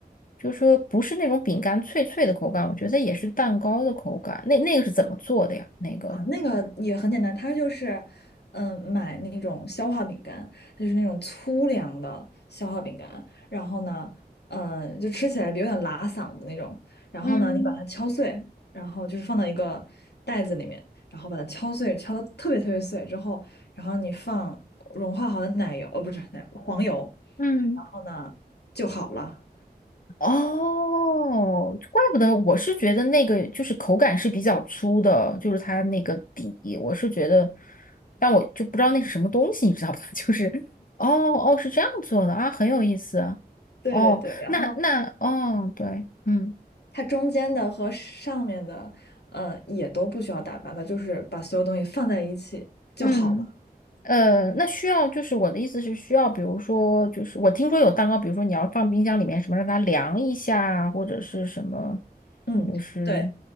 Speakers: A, on the left; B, on the left.
A: 就是说不是那种饼干脆脆的口感，我觉得也是蛋糕的口感。那那个是怎么做的呀？那个
B: 啊，那个也很简单，它就是，嗯，买那种消化饼干，它就是那种粗粮的消化饼干，然后呢，嗯，就吃起来有点拉嗓子那种，然后呢，
A: 嗯
B: 你把它敲碎，然后就是放到一个袋子里面，然后把它敲碎，敲到特别特别碎之后，然后你放融化好的奶油，哦，不是奶，黄油，
A: 嗯。
B: 然后呢就好了。
A: 哦，怪不得我是觉得那个就是口感是比较粗的，就是它那个底，我是觉得，但我就不知道那是什么东西，你知道吧？<laughs> 就是哦哦是这样做的啊，很有意思
B: 对对对，
A: 哦。
B: 然后。
A: 那那哦对，嗯
B: 它中间的和上面的，呃，也都不需要打发，它就是把所有东西放在一起就好了。
A: 嗯呃，那需要就是我的意思是需要，比如说就是我听说有蛋糕，比如说你要放冰箱里面什么让它凉一下啊，或者是什么，
B: 嗯，
A: 就是。
B: 对，